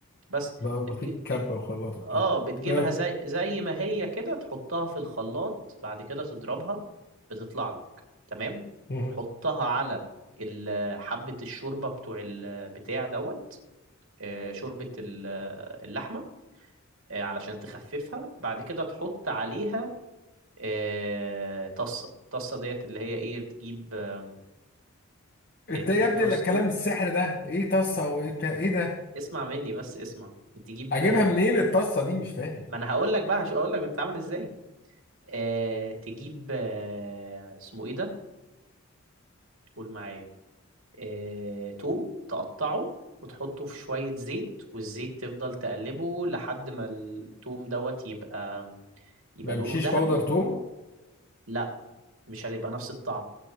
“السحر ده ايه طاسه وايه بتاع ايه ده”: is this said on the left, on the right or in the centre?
Left